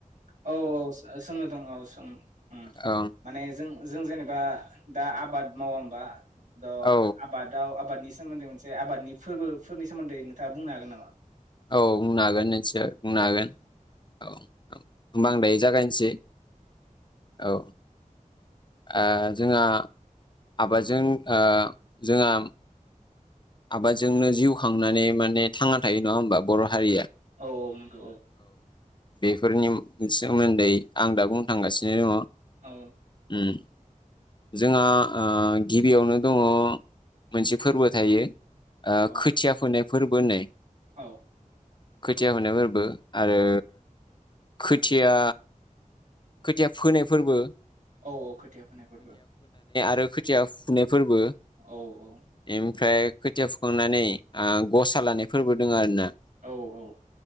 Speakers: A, on the right (about 65°); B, on the left (about 35°).
A: औ औ सों सोंनो दं औ सों उम
B: औ
A: माने जों जों जेनेबा दा आबाद मावा होनबा द
B: औ
A: आबादाव आबादनि सोमोन्दै मोनसे आबादनि फोरबोफोरनि सोमोन्दै नोंथाङा बुंनो हागोन नामा
B: औ बुंनो हागोन निसय बुंनो हागोन औ ओं होनबा आं दायो जागायनोसै औ ओ जोंहा आबादजों ओ जोंहा आबादजोंनो जिउ खांनानै माने थांना थायो नङा होमबा बर' हारिया
A: औ औ नंगौ औ
B: बेफोरनि सोमोन्दै आं दा बुंनो थांगासिनो दङ
A: औ
B: उम जोंहा आ गिबियावनो दङ मोनसे फोरबो थायो ओ
A: औ
B: खोथिया फोननाय फोरबो होननाय
A: औ
B: खोथिया होननाय फोरबो आरो खोथिया खोथिया फोनाय फोरबो
A: औ औ खोथिया फोनाय फोरबो
B: ओ खोथिया फुनो फोरबो
A: औ औ
B: एम फ्राय खोथिया फुखांनानै ओ गसा लानाय फोरबो दोंङो आरोना
A: औ औ